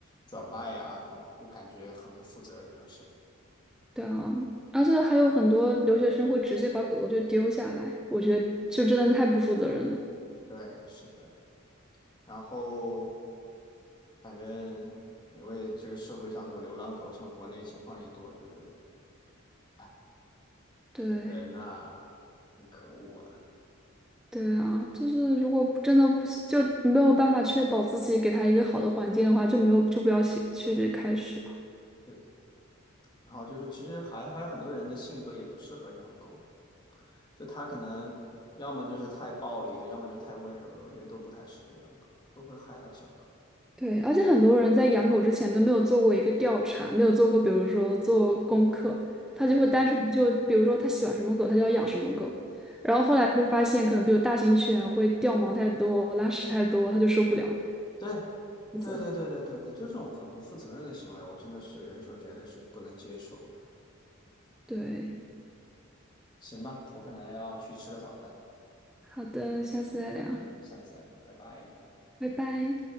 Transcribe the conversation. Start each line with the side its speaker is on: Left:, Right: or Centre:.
Left: 转卖啊什么的，就感觉很不负责任那种行为。
Centre: 对啊，而且还有很多留学生会直接把狗狗就丢下来，我觉得就真的太不负责任了。
Left: 对，是的。然后反正因为这个社会上这种流浪狗，像国内情况也多，就是，哎，
Centre: 对，
Left: 这个人呐、很可恶啊。
Centre: 对啊，就是如果真的不行，就没有办法确保自己给它一个好的环境的话，就没有就不要去去开始。
Left: 的。然后就是其实还还有很多人的性格也不适合养狗，就他可能要么就是太暴力的，要么就太温柔的，我觉得都不太适合养狗，都会害了小狗。
Centre: 对，而且很多人在养狗之前都没有做过一个调查，没有做过，比如说做功课，他就会单纯就比如说他喜欢什么狗，
Left: 对
Centre: 他就要养什么狗。然后后来就发现，可能比如大型犬会掉毛太多、拉屎太多，他就受不了，
Left: 对
Centre: 负责。
Left: 对对对对对对对，就这种很不负责任的行为，我真的是有些时候觉得是不能接受的。
Centre: 对。
Left: 行吧，我可能要去吃个早饭，
Centre: 好的，下次再聊，
Left: 嗯，下次再聊，拜拜。
Centre: 拜拜。